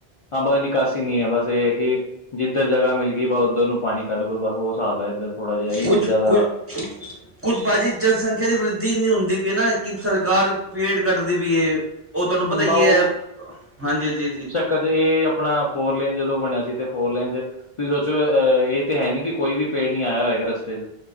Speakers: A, on the left; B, on the right.
A: ਹਾਂ ਬਸ ਨਿਕਾਸੀ ਨੀ ਐ ਬਸ ਇਹ ਹੈ ਕਿ ਜਿੱਧਰ ਜਗ੍ਹਾ ਮਿਲ ਗੀ ਬਸ ਉੱਧਰ ਨੂੰ ਪਾਣੀ ਕੱਢ ਲੋ, ਬਸ ਉਹ ਸਾਬ ਹੈ ਇੱਧਰ ਥੋੜਾ ਜਿਹਾ ਇਹ
B: ਕੁਛ
A: ਚੀਜ਼ਾਂ
B: ਕੁ
A: <inaudible>
B: ਕੁੱਝ ਭਾਜੀ ਜਨਸੰਖਿਆ ਦੀ ਵਰਿਧੀ ਇੰਨੀ ਹੁੰਦੀ ਪੀ ਏ ਨਾ ਕਿ ਸਰਕਾਰ ਪੇੜ ਕੱਟਦੀ ਪੀ ਏ। ਉਹ ਤੁਹਾਨੂੰ
A: ਬਾ
B: ਪਤਾ ਈ ਏ ਹਾਂਜੀ -ਹਾਂਜੀ -ਹਾਂਜੀ!
A: ਕਦੇ ਇਹ ਆਪਣਾ ਫੋਰ ਲੇਨ ਜਦੋਂ ਬਣਿਆ ਸੀ ਤੇ ਫੋਰ ਲੇਨ ਚ ਤੁਸੀਂ ਸੋਚੋ, ਅਹ ਇਹ ਤੇ ਹੈ ਨੀ ਕਿ ਕੋਈ ਵੀ ਪੇੜ ਨੀ ਆਇਆ ਹੋਏਗਾ ਰਸਤੇ ਚ